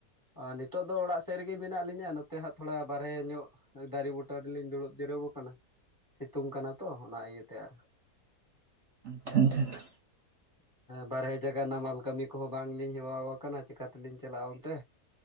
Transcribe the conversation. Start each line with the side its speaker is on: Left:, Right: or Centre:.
Left: ᱟᱨ ᱱᱤᱛᱚᱜ ᱫᱚ ᱚᱲᱟᱜ ᱥᱮᱫ ᱨᱮᱜᱮ ᱢᱮᱱᱟᱜ ᱞᱤᱧᱟ᱾ ᱱᱚᱛᱮ ᱦᱟᱸᱜ ᱛᱷᱚᱲᱟ ᱵᱟᱨᱦᱮ ᱧᱚᱜ ᱫᱟᱨᱮ ᱵᱩᱴᱟ ᱨᱮᱞᱤᱧ ᱫᱩᱲᱩᱵ ᱡᱤᱨᱟᱹᱣ ᱟᱠᱟᱱᱟ, ᱥᱤᱛᱩᱝ ᱠᱟᱱᱟ ᱛᱚ ᱚᱱᱟ ᱤᱭᱟᱹᱛᱮ ᱟᱨ᱾
Right: ᱴᱷᱚᱱ <unintelligible> ᱴᱷᱚᱱᱟ᱾
Left: ᱵᱟᱨᱦᱮ ᱡᱟᱭᱜᱟ ᱱᱟᱢᱟᱞ ᱠᱟᱹᱢᱤ ᱠᱚᱦᱚᱸ ᱵᱟᱝᱞᱤᱧ ᱦᱮᱣᱟᱣ ᱟᱠᱟᱱᱟ, ᱪᱤᱠᱟ ᱛᱮᱞᱤᱧ ᱪᱟᱞᱟᱜᱼᱟ ᱚᱱᱛᱮ᱾